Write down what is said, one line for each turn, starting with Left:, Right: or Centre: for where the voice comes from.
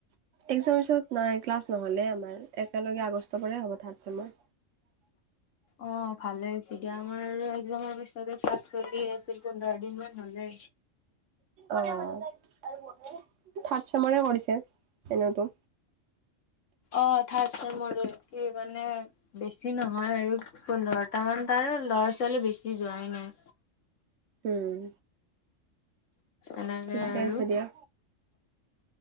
Right: একজামৰ পিছত নাই, ক্লাছ নহলে আমাৰ। একেলগে আগষ্টৰ পৰা হ'ব থাৰ্ড ছেমৰ।
Left: অ' ভালে হৈছে দিয়া। আমাৰ আৰু একজামৰ পিছতে ক্লাছ চলি আছিল। পোন্ধৰ দিনমান হলে।
Right: অ, থাৰ্ড চেমাৰে কৰিছে এনেতো।
Left: অ, থাৰ্ড চেম কি মানে। বেছি নহয় আৰু পোন্ধৰটামান ত আৰু ল'ৰা ছোৱালী বেছি যোৱাই নাই।
Right: উম,
Left: এনেকে
Right: ঠিকে
Left: আৰু।
Right: আছে দিয়া।